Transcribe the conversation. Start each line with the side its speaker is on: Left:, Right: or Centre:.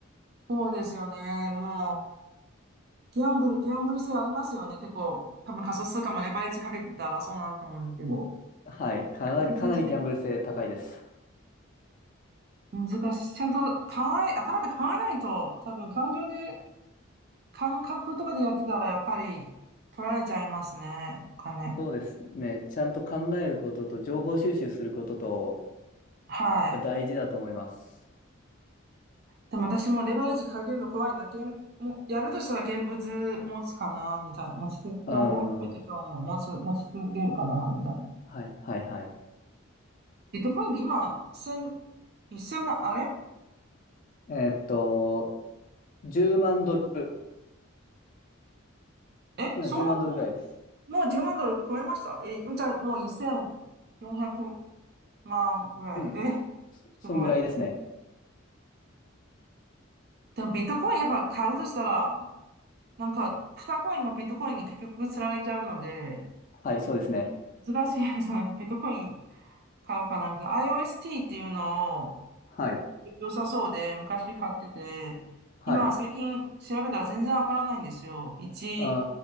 Right: そうですよね。もう、ギャンブル、ギャンブル性ありますよね。結構、多分仮想通貨もレバレッジかけてたらそうなると思うんですけど。
Left: はい。かなり、
Right: 難しい。
Left: かなりギャンブル性高いです。
Right: 難しい。ちゃんと考え、頭で考えないと、多分感情で、感覚とかでやってたらやっぱり取られちゃいますね。お金。
Left: そうですね。ちゃんと考えることと、情報収集することと、
Right: はい。
Left: やっぱ大事だと思います。
Right: でも私もレバレッジかけるの怖いな。現もやるとしたら現物持つかな、みたいな。持ちつ、も持ちつ、
Left: うん。
Right: 大きい手帳も持つ、
Left: は
Right: 持ち続けるかな、みたいな。
Left: い、はい、はい。
Right: ビットコインで今、千、一千万、あれ
Left: えーっと、10万ドル。
Right: え、
Left: 今10万ドルぐらいです。
Right: そんな、もう10万ドル超えましたえ、じゃあもう1400万ぐらい。
Left: うん。
Right: え、
Left: そ、そんぐらいですね。
Right: すごい。でもビットコインやっぱ買うとしたら、なんか、草コインもビットコインに結局釣られちゃうので、
Left: はい、そうですね。
Right: 難しいですよね。ビットコイン買うかなみたいな。IOST っていうのを、
Left: はい、
Right: 良さそうで、昔買ってて、
Left: はい。
Right: 今最近調べたら全然わからないんですよ。1、
Left: う